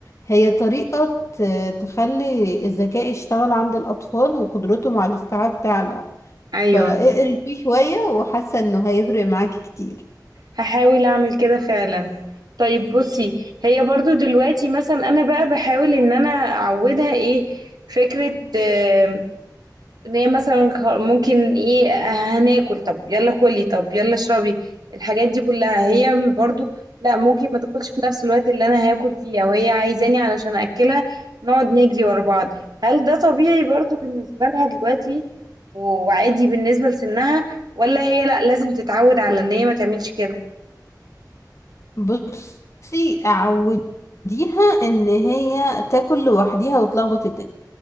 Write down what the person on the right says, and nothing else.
ايوه
هحاول اعمل كده فعلا طيب بصي هي برضو دلوقتي مثلا انا بقى بحاول ان انا اعودها ايه فكرة آه، ان هي مثلا خ- ممكن ايه آه، هناكل طب يلا كلي طب يلا اشربي الحاجات دي كلها هي برضو لا ممكن ما تاكلش في نفس الوقت اللي انا هاكل فيه او هي عايزاني علشان اكلها نقعد نجري ورا بعض هل ده طبيعي برضو بالنسبة لها دلوقتي و- وعادي بالنسبة لسنها ولا هي لا لازم تتعود على ان هي ما تعملش كده